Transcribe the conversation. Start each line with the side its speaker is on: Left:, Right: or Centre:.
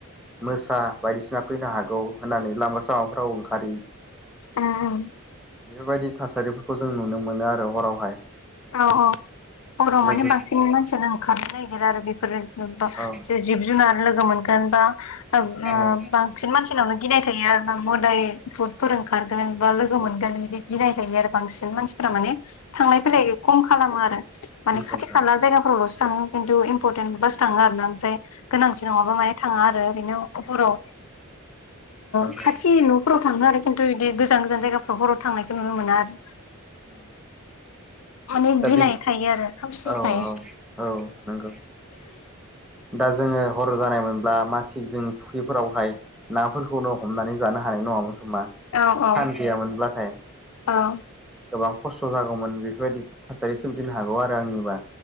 Centre: मोसा बायदिसिना फैनो हागौ होननानै लामा सामाफोराव ओंखारि
Left: ओ ओम
Centre: बेफोरबायदि थासारिफोरखौ जों नुनो मोनो आरो हरावहाय।
Left: औ औ हराव
Centre: लोगोसे
Left: माने बांसिन मानसियानो ओंखारनो नागिरो आरो बेफोरो
Centre: औ
Left: जिब जुनार लोगो मोनगोन बा ओ
Centre: औ
Left: बां सिन मानसिनावनो गिनाय थायो आरो ना मोदाइ बुदफोर ओंखारगोन बा लोगो मोनगोन बिदि गिनाय थायो आरो बांसिन मानसि फोरा माने थांलाय फैलाय खम खालामो आरो। माने
Centre: ओंखायनोथ'
Left: खाथि खाला जायगाफोरावल'सो थाङो खिन्थु इम्परटेन्ट बासो थाङो आरोना। ओमफ्राय गोनांथि नङाबा माने थाङा आरो ओरैनो हराव
Centre: नंगौ
Left: <inaudible> खाथि न'फोराव थाङो आरो। खिन्थु बिदि गोजान गोजान जायगाफ्राव हराव थांनायखौ नुनो मोना आरो।
Centre: उम।
Left: माने
Centre: दा
Left: गिनाय
Centre: बे
Left: थायो आरो खोमसिखाय
Centre: औ औ औ नंगौ। दा जोङो हर' जानाय मोनब्ला मा थिग जोंनि फुख्रिफोरावहाय नाफोरखौनो हमनानै जानो हानाय नङामोन खोमा।
Left: औ औ
Centre: सान गैयामोनब्लाथाय
Left: औ।
Centre: गोबां खस्थ' जागौमोन बेफोरबायदि थासारि सोमजिनो हागौ आरो आंनिबा।